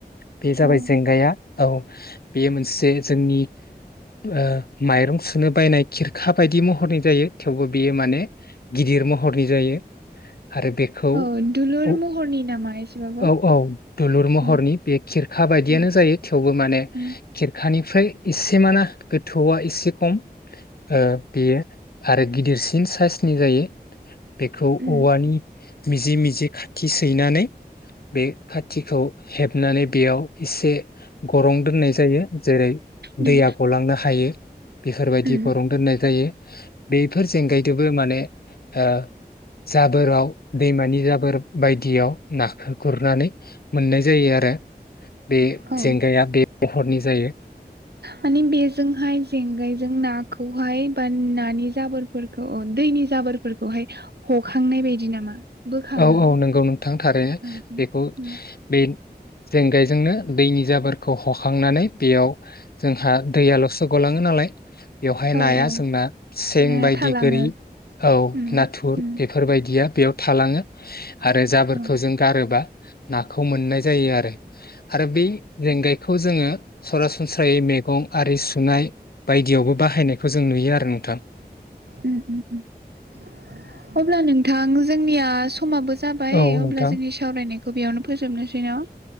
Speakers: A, on the left (about 65°); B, on the right (about 75°).
A: बे जाबाय
B: औ
A: जेंगाया। औ। बेयो मोनसे जोंनि ओ माइरं। सुनो बायनाय खिरखा बायदि महरनि जायो थेवबो बेयो माने गिदिर महरनि जायो। <unintelligible> आरो बेखौ
B: औ दुलुर
A: औ
B: महरनि नामा एसेबाबो
A: -औ दलुर महरनि
B: उम
A: बे खिरखा बायदियानो
B: उम
A: जायो थेवबो माने
B: उम
A: खिरखानिफ्राय एसे माना गोथौआ एसे खम ओ बेयो। आरो गिदिरसिन साइसनि जायो। बेखौ
B: उम
A: औवानि मिजि- मिजि खाथि सैनानै बे खाथिखौ हेबनानै बेयाव एसे गरं दोननाय जायो जेरै
B: उम
A: दैया गलांनो हायो। बेफोरबायदि
B: उम
A: गरं दोननाय जायो बेफोर जेंगायदोबो माने ओ जाबोराव दैमानि जाबोर बायदियाव नाखौ गुरनानै मोननाय जायो आरो। आरो बे
B: औ
A: जेंगाया बे महरनि जायो‌।
B: माने बेजोंहाय जेंगायजों नाखौहाय बा नानि जाबोरफोरखौ दैनि जाबोरफोरखौहाय हखांनाय बायदि नामा? बोखाङो
A: औ -औ नंगौ नोंथां थारैनो
B: उम
A: बेखौ
B: उम
A: बे जेंगायजोंनो दैनि जाबोरखौ हखांनानै बेयाव जोंहा दैयाल'सो गलाङो नालाय बेवहाय नाया
B: औ औ
A: जोंना सें
B: ना
A: बायदि
B: थालाङो
A: गोरि औ
B: उम
A: नाथुर
B: उम
A: बेफोरबायदिया बेयाव थालाङो। आरो जाबोरफोरखौ
B: औ
A: जों गारोबा नाखौ मोननाय जायो आरो। आरो बै जेंगायखौ जोङो सरासनस्रायै मैगं आरि सुनाय बायदियावबो बाहायनायखौ जों नुयो आरो। नोंथां
B: उम- उम -उम अब्ला नोंथां जोंनिया समाबो जाबाय
A: औ नोंथां
B: अब्ला जोंनि सावरायनायखौ बेयावनो फोजोबनोसै न?